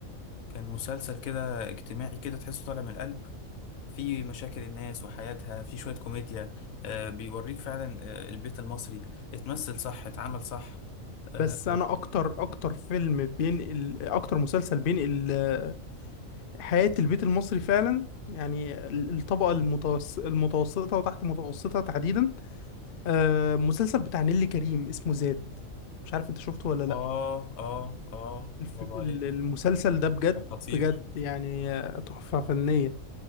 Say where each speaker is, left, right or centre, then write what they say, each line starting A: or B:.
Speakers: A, on the left (about 75°); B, on the left (about 55°).
A: كان مسلسل كده اجتماعي كده تحسه طالع من القلب في مشاكل الناس وحياتها في شويه كوميديا آه، بيوريك فعلا آه، البيت المصري اتمثل صح اتعمل صح اه
B: بس انا اكتر اكتر فيلم بينقل اكتر مسلسل بينقل آه، حياة البيت المصري فعلا يعني ال- الطبقة المتوس... المتوسطة وتحت المتوسطة تحديدا آه، مسلسل بتاع نيللي كريم اسمه ذات مش عارف انت شفته ولا لا
A: اه اه آه، برافو
B: الف... ال-
A: عليك
B: المسلسل ده بجد
A: ده خطير
B: بجد يعني آه، تحفة فنية